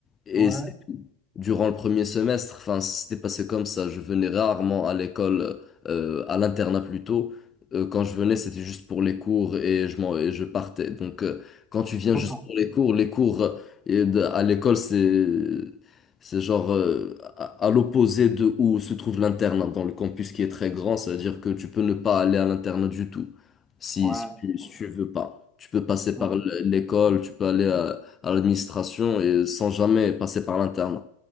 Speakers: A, on the left; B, in the centre.
A: Et
B: Ouais,
A: c'est durant le premier semestre, enfin, c'était passé comme ça. Je venais rarement à l'école, euh, à l'internat plutôt. Euh, quand je venais, c'était juste pour les cours et je m'en, et je partais. Donc, euh, quand tu viens
B: d'accord.
A: juste pour les cours, les cours euh, et de- à l'école, c'est, c'est genre euh, à, à l'opposé de où se trouve l'internat dans le campus qui est très grand. C'est-à-dire que tu peux ne pas aller à l'internat du tout si,
B: Ouais,
A: si tu, si
B: ouais,
A: tu veux pas. Tu peux passer
B: ouais.
A: par l- l'école, tu peux aller à, à l'administration et sans jamais passer par l'internat.